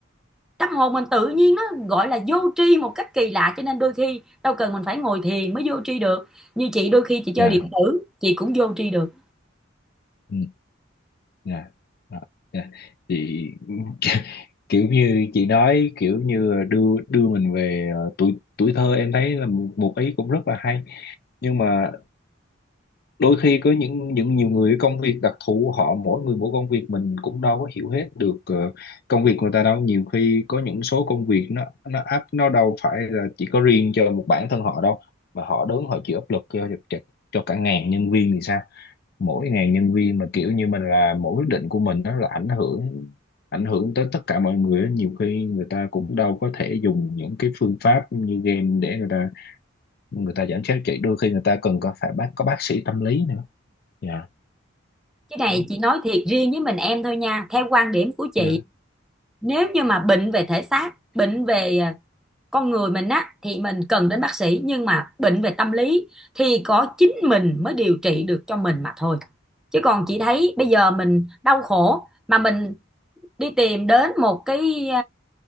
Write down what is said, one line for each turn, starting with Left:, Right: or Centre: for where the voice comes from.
Centre: tâm hồn mình tự nhiên nó gọi là vô tri một cách kỳ lạ cho nên đôi khi đâu cần mình phải ngồi thiền mới vô tri được như chị đôi khi chị chơi
Left: dạ
Centre: điện tử chị cũng vô tri được
Left: ừ dạ Đó, dạ chị <laughs> kiểu như chị nói kiểu như đưa đưa mình về ờ, tuổi tuổi thơ em thấy là một, một ý cũng rất là hay nhưng mà đôi khi có những những nhiều người công việc đặc thù họ mỗi người mỗi công việc mình cũng đâu có hiểu hết được ờ, công việc người ta đâu nhiều khi có những số công việc nó nó áp nó đâu phải là chỉ có riêng cho một bản thân họ đâu mà họ đứng họ chịu áp lực cho cho, cho cả ngàn nhân viên thì sao mỗi ngàn nhân viên mà kiểu như mình là mỗi quyết định của mình nó là ảnh hưởng ảnh hưởng tới tất cả mọi người á. nhiều khi người ta cũng đâu có thể dùng những cái phương pháp như game để người ta người ta giảm stress chỉ đôi khi người ta cần có phải bác có bác sĩ tâm lý nữa Dạ
Centre: cái
Left: Ừ,
Centre: này chị nói thiệt riêng với mình em thôi nha theo quan điểm của chị
Left: dạ
Centre: nếu như mà bệnh về thể xác bệnh về à, con người mình á thì mình cần đến bác sĩ nhưng mà bệnh về tâm lý thì có chính mình mới điều trị được cho mình mà thôi chứ còn chị thấy bây giờ mình đau khổ mà mình đi tìm đến một cái